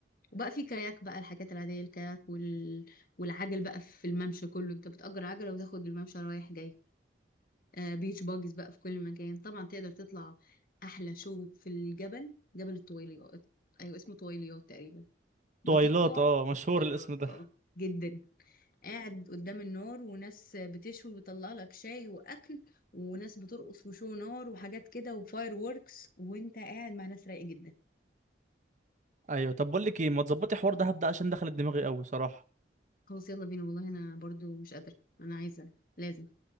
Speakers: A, on the left; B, on the right.
A: وبقى في كاياك بقى الحاجات العادية الكاياك وال... والعجل بقى في الممشى كله انت بتأجر عجلة وتاخد الممشى رايح جاي آه بيتش باجز بقى في كل مكان طبعا تقدر تطلع أحلى شو في الجبل جبل الطويليات أيوة اسمه طويليات تقريبا بتطلع
B: طويلات اه مشهور
A: طويلات
B: الاسم ده
A: اه جدا قاعد قدام النار وناس بتشوي وبيطلع لك شاي وأكل وناس بترقص وشو نار وحاجات كده وفاير ووركس وانت قاعد مع ناس رايقة جدا
B: ايوه طب بقول لك ايه ما تظبطي حوار دهب ده عشان دخلت دماغي قوي صراحه
A: خلاص يلا بينا والله انا برضو مش قادرة انا عايزة لازم